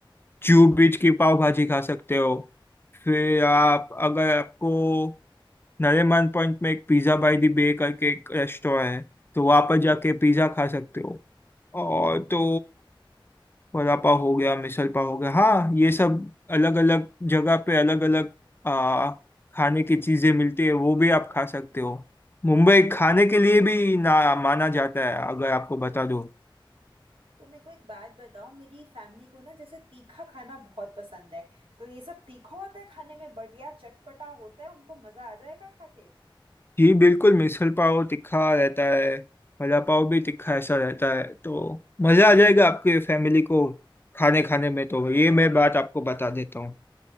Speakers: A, on the left; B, on the right.
A: जू बीच की पाव भाजी खा सकते हो फिर आप अगर आपको नरेमन पॉइंट में एक पिज़्ज़ा बाई दी बे करके एक रेस्टोरेंट है तो वहाँ पर जाके पिज़्ज़ा खा सकते हो और तो वड़ा पाव हो गया मिसल पाव हो गया हाँ ये सब अलग अलग जगह पे अलग अलग आ खाने की चीजें मिलती है वो भी आप खा सकते हो मुंबई खाने के लिए भी ना माना जाता है अगर आपको बता दूं
B: तो मेरे को एक बात बताओ मेरी फैमिली को ना जैसे तीखा खाना बहुत पसंद है तो ये सब तीखा होता है खाने में बढ़िया चटपटा होता है उनको मजा आ जाएगा खा के
A: जी बिल्कुल मिसल पाव तिखा रहता है वड़ा पाव भी तिखा ऐसा रहता है तो मजा आ जाएगा आपके फैमिली को खाने खाने में तो ये मैं बात आपको बता देता हूँ